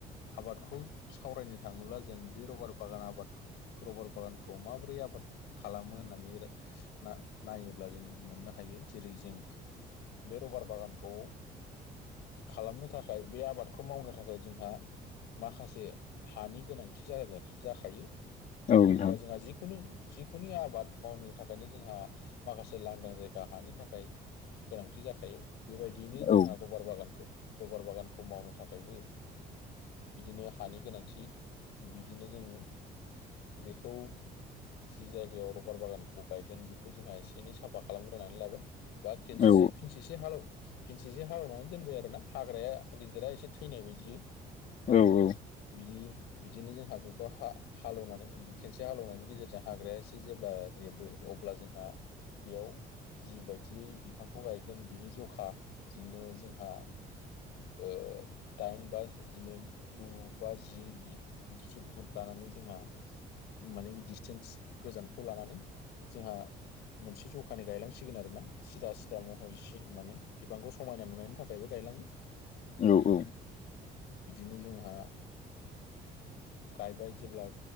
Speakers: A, on the left (about 85°); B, on the left (about 50°).
A: आबादखौ सावरायनो थाङोब्ला जों बे रबार बागान आबादखौ रबार बागानखौ माबोरै आबाद खालामो होननानै ना नायोब्ला जों मोननो हायो जेरै जों बे रबार बागानखौ खालामनो थाखाय बे आबादखौ मावनो थाखाय जोंहा माखासे हानि गोनांथि जागोन जाखायो मानो
B: औ नोंथां
A: होनोबा जोंहा जिखुनु जिखुनु आबाद मावनो थाखायनो जोंहा माखासे लांदां जायगा हानि थाखाय गोनांथि जाखायो बेबायदियैनो जोंहा
B: औ
A: रबार बागानखौ रबार बागानखौ मावनो थाखायबो बिदिनो हानि गोनांथि बिदिनो जों बेखौ जि जायगायाव रबार बागानखौ गायगोन बेखौ जोंहा एसे एनै साफा खालामग्रोनानै लाबाय बा खनसेसो
B: औ
A: फिनसेस एसे हाल फिनसे एसे हालेवनानै दोनबाय आरो ना हाग्राया गिदिरा एसे थैनाय बायदियै
B: औ औ
A: बिदि बिदिनो जोंहा बेखौ हा हालेवनानै खेनसे हालेनायनि गेजेरजों हाग्राया एसे जेब्ला रेबो अब्ला जोंहा बेयाव जिबायदियै बिफांखौ गायगोन बिनि जखा बिदिनो जोंहा ओ दाइन बा बिदिनो गु बाजि इ बिदिसो फुट लानानै जोंहा माने डिसटेन्स गोजानखौ लानानै जोंहा मोनसे जखानि गायलांसिगोन आरो ना सिदा सिदा महर सि माने बिफांखौ समायना नुनायनि थाख खायबो गायलाङो
B: औ औ
A: बिदिनो जोंहा गायबाय जेब्ला